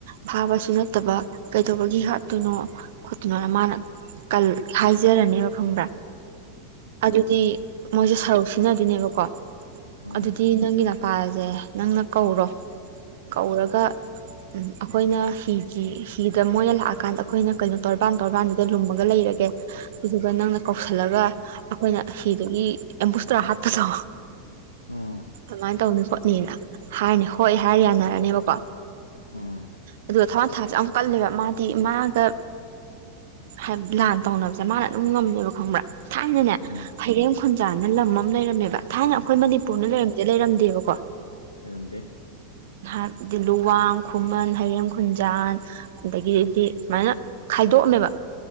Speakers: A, on the right; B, on the left.
A: ꯐꯥꯕꯁꯨ ꯅꯠꯇꯕ ꯀꯩꯗꯧꯕꯒꯤ ꯍꯥꯠꯇꯨꯅꯣ ꯈꯣꯠꯇꯨꯅꯣꯅ ꯃꯥꯅ ꯀꯜ ꯍꯥꯏꯖꯔꯅꯤꯕ ꯈꯪꯕ꯭ꯔꯥ ꯑꯗꯨꯗꯤ ꯃꯣꯏꯁꯦ ꯁꯔꯧ ꯁꯤꯟꯅꯗꯣꯏꯅꯦꯕꯀꯣ
B: ꯎꯝ
A: ꯑꯗꯨꯗꯤ ꯅꯪꯒꯤ ꯅꯄꯥꯁꯦ ꯅꯪꯅ ꯀꯧꯔꯣ ꯀꯧꯔꯒ ꯎꯝ ꯑꯩꯈꯣꯏꯅ ꯍꯤꯒꯤ ꯍꯤꯗ ꯃꯣꯏꯅ ꯂꯥꯛꯑꯀꯥꯟꯗ ꯑꯩꯈꯣꯏꯅ ꯀꯩꯅꯣ ꯇꯣꯔꯕꯥꯟ ꯇꯣꯔꯕꯥꯟꯗ ꯗ ꯂꯨꯝꯃꯒ ꯂꯩꯔꯒꯦ ꯑꯗꯨꯗꯨꯒ ꯅꯪꯅ ꯀꯧꯁꯜꯂꯒ ꯑꯩꯈꯣꯏꯅ ꯍꯤꯗꯨꯒꯤ ꯑꯦꯝꯕꯨꯁꯇꯧꯔ ꯍꯥꯠꯄꯗꯣ
B: ꯎꯝ
A: ꯑꯗꯃꯥꯏ ꯇꯧꯅꯤ ꯈꯣꯠꯅꯤꯅ ꯍꯥꯏꯔꯅꯤ ꯍꯣꯏ ꯍꯥꯏꯔ ꯌꯥꯅꯔꯅꯦꯕꯀꯣ
B: ꯎꯝ
A: ꯑꯗꯨ ꯊꯋꯥꯟ ꯊꯥꯛꯁꯦ ꯌꯥꯝ ꯀꯜꯂꯦꯕ ꯃꯥꯗꯤ ꯃꯥꯒ ꯍꯥꯏꯕꯗꯤ ꯂꯥꯟ ꯇꯧꯅꯕꯁꯦ ꯃꯥꯅ ꯑꯗꯨꯝ ꯉꯝꯃꯦꯕ ꯈꯪꯕ꯭ꯔꯥ ꯊꯥꯏꯅꯅꯦ
B: ꯎꯝ
A: ꯐꯩꯔꯦꯝ ꯈꯨꯟꯖꯥꯟꯅ ꯂꯝ ꯑꯃ ꯂꯩꯔꯝꯃꯦꯕ ꯊꯥꯏꯅ ꯑꯩꯈꯣꯏ ꯃꯅꯤꯄꯨꯔꯅ ꯂꯩꯔꯝꯖꯦ ꯂꯩꯔꯝꯗꯦꯕꯀꯣ
B: ꯑꯩꯔꯝꯗꯦ
A: ꯍꯥꯏꯕꯗꯤ ꯂꯨꯋꯥꯡ ꯈꯨꯃꯟ ꯍꯩꯔꯦꯝ ꯈꯨꯟꯖꯥꯟ ꯑꯗꯒꯤꯑꯗꯤ ꯁꯨꯃꯥꯏꯅ ꯈꯥꯏꯗꯣꯛꯑꯝꯃꯦꯕ